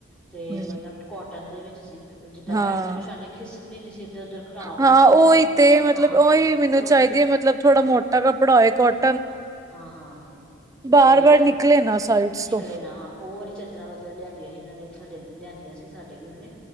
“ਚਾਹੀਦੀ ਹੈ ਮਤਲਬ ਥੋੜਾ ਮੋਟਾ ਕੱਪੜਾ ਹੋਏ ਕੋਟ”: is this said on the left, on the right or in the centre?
Right